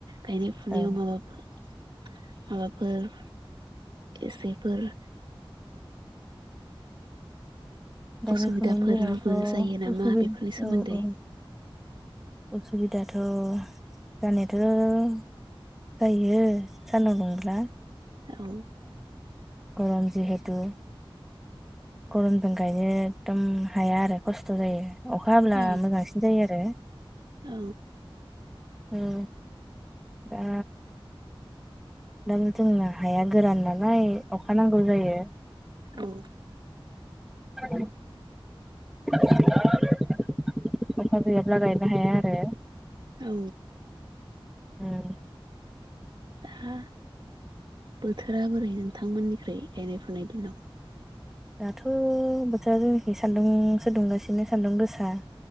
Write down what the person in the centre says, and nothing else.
औ
गायनाय
फुनायनि दिनावथ'
उस
औ औ उसु दाथ' जानायाथ' जायो सानदुं दुंब्ला
गरम जि जिहेथु गरमजों गायनो एकदम हाया आरो खस्थ' जायो। अखा हाब्ला
मोजांसिन जायो आरो।
औ दा दा जोंना हाया गोरान नालाय अखा नांगौ जायो।
<unintelligible> अखा गैयाब्ला गायनो हाया आरो
ओं
दाथ' बोथोरा जोंनिखि सान्दुं सो सुदुंगासिनो सान्दुं गोसा